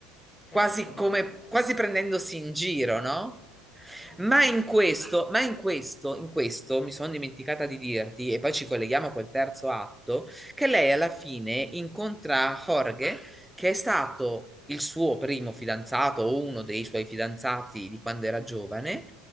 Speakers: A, on the left; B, in the centre.
A: Ok,
B: quasi
A: allora,
B: come, quasi prendendosi in giro, no?
A: no,
B: Ma
A: benissimo.
B: in questo, ma in questo, in questo mi sono dimenticata di dirti, e poi ci colleghiamo col terzo atto, che lei alla fine incontra Jorge, che è stato il suo primo fidanzato o uno dei suoi fidanzati di quando era giovane,